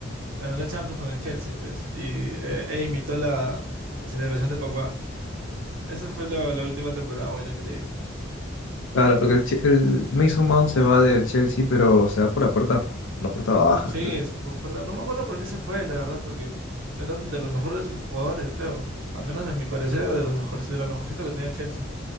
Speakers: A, on the right; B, on the left.
A: Ganó la Champions con el Chelsea, pues. Y eh, e imitó la, la celebración de Pacuá. Esa fue la, la última temporada buena que le vi.
B: Claro, porque el, Che- el Mason Mount se va del Chelsea, pero se va por la puerta, la puerta baja.
A: Sí,
B: creo.
A: es por fuerte. No me acuerdo por qué se fue, la verdad, porque eran de los mejores jugadores, creo. Al menos a mi parecer era de los mejores, de lo mejorcito que tenía el Chelsea.